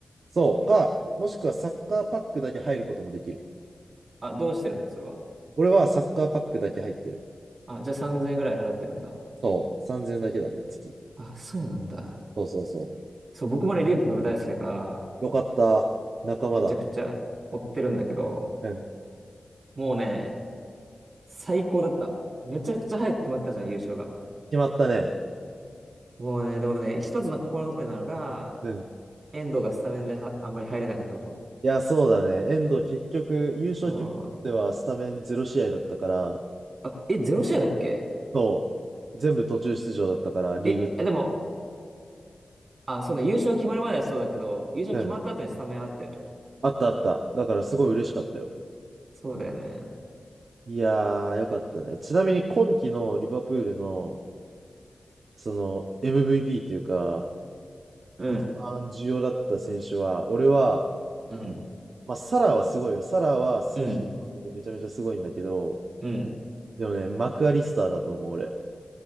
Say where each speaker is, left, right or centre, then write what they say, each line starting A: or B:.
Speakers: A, on the right; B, on the right.
A: そう。か、もしくはサッカーパックだけ入ることもできる。
B: あ、どうしてるのそれは。
A: 俺はサッカーパックだけ入ってる。
B: あ、じゃあ3000円ぐらい払ってるんだ。
A: そう。3000円だけだね、月。
B: あ、そうなんだ。
A: そうそうそう。
B: そう、僕もね、リープ大好きだから、
A: よかった。仲間だ。
B: めちゃくちゃ追ってるんだけど、
A: うん。
B: もうね、最高だった。めちゃくちゃ早く決まったじゃん、優勝が。
A: 決まったね。
B: もうね、でもね、一つの心残りなのが、
A: うん。い
B: 遠藤がスタメンではあんまり入れなかったこと。
A: や、そうだね。遠藤結局、優勝決めるまではスタメン0試合だったから、
B: そうあ、え、ゼロ試合だっけ
A: そう、全部途中出場だったから、リーグは
B: え、えでも、あ、そうね、優勝決まるまではそうだけど、優勝決まった後にスタメンあったよね。
A: うん。あったあった。だからすごい嬉しかったよ。
B: そうだよね。
A: いやー、よかったね。ちなみに今季のリバプールの、その MVP というか、
B: うん、
A: 一番重要だった選手は、俺は、
B: うん、
A: まあ、サラーはすごいよ。サラーは数字
B: うん、
A: めちゃめちゃすごいんだけど、
B: うん。
A: でもね、マクアリスターだと思う、俺。